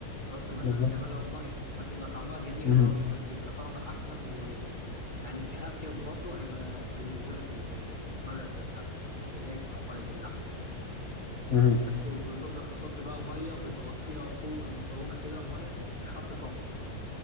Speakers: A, on the left; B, on the left.
A: تحط مثلا
B: بالظبط
A: تعملها بميه هتبقى طعمها جميل
B: مهم.
A: برضو بس كطعم احسن ويعني كافيه برضو هيبقى بالنسبه لك ال- المرقه بتاعت الدجاج او مرقه اللحم
B: مهم.
A: بس وبتفضل تحط بقى ميه بتغطيها فوق المكرونه كده الميه بخمسة سنتي